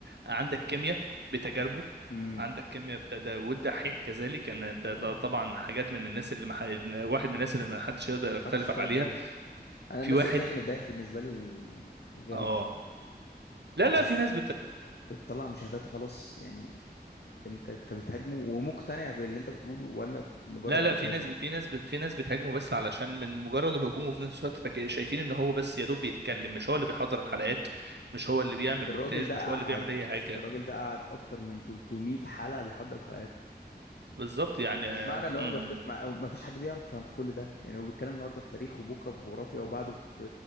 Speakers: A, on the right (about 85°); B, on the left (about 70°).
A: عندك كيمياء بتجاربه
B: امم
A: عندك كيمياء بتدا والدحيح كذلك ان انت
B: ده
A: ده
B: يعني
A: طبعا حاجات من الناس اللي مح... واحد من الناس اللي ما حدش يقدر
B: ما
A: يختلف
B: حدش اختلف
A: عليها
B: عليهم انا
A: في
B: الناس
A: واحد
B: اللي بتهاجم الدايح بالنسبه لي غريبه
A: اه لا
B: يعني
A: لا
B: بحس
A: في
B: ان
A: ناس
B: انت بتطلع مشاهدات وخلاص يعني انت انت بتهاجمه ومقتنع باللي انت بتقوله ولا في مجرد
A: لا لا
B: بتهاجمه
A: في ناس في ناس في ناس بتهاجمه بس علشان من مجرد الهجوم وفي نفس الوقت فاك- شايفين ان هو بس يا دوب بيتكلم مش هو اللي بيحضر الحلقات مش هو اللي بيعمل
B: الراجل
A: مونتاج
B: ده
A: مش هو
B: قعد
A: اللي بيعمل اي حاجه
B: الراجل ده قعد اكتر من 300 حلقه بيحضر الحلقات
A: بالظبط يعني
B: مش
A: آه،
B: معنى ان هو
A: امم
B: ما بيحتاج ما ما فيش حد بيعرف يفهم في كل ده يعني هو بيتكلم النهارده في تاريخ وبكره في جغرافيا وبعده في